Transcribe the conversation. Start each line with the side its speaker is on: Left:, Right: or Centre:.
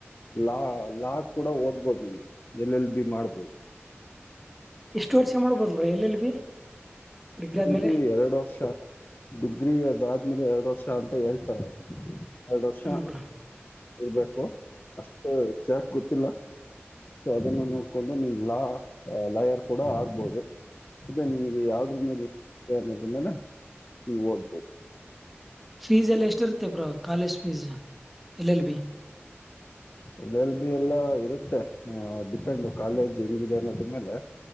Left: ಲಾ ಲಾ ಕೂಡ ಓದ್ಬೋದು ನೀವು ಎಲ್ ಎಲ್ ಬಿ ಮಾಡ್ಬೋದು
Centre: ಎಷ್ಟು ವರ್ಷ ಮಾಡ್ಬೋದು bro L L B degree ಆದ್ಮೇಲೆ
Left: ಲ್ ಬಿ ಎರಡು ವರ್ಷ ಡಿಗ್ರಿ ಅದಾದ್ಮೇಲೆ ಎರಡು ವರ್ಷ ಅಂತ ಹೇಳ್ತಾರೆ ಎರಡ್ ವರ್ಷ
Centre: ಹ್ಮ್ ಬ್ರೋ
Left: ಇಳ್ಬೇಕು ಅಷ್ಟು ಚಾಕ್ ಗೊತ್ತಿಲ್ಲ ಸೊ ಅದನ್ನು ನೋಡ್ಕೊಂಡು ನಿನ್ ಲಾ ಲಯರ್ ಕೂಡ ಆಗ್ಬಹುದು ಅದೇ ನಿನಗೆ ಯಾವ್ದ್ರ ಮೇಲೆ ಇಂಟರೆಸ್ಟ್ ಇದೆ ಅನ್ನೋದರ ಮೇಲೆ ನೀನ್ ಓದಬಹುದು
Centre: ಫೀಸ್ ಎಲ್ಲ ಎಷ್ಟ ಇರ್ತೇ bro college fees L L B
Left: L L B ಎಲ್ಲ ಇರುತ್ತೆ ಹ ಡಿಪೆಂಡ್ ಕಾಲೇಜ್ ಹೆಂಗಿದೆ ಅನ್ನೋದ ಮೇಲೆ